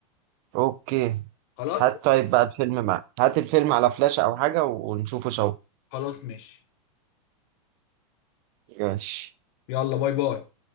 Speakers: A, on the right; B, on the left.
A: اوكي
B: خلاص
A: هات طيب بقى الفيلم معاك هات الفيلم على فلاشة او حاجة ونشوفه سوا
B: خلاص ماشي
A: ماشي
B: يلا باي باي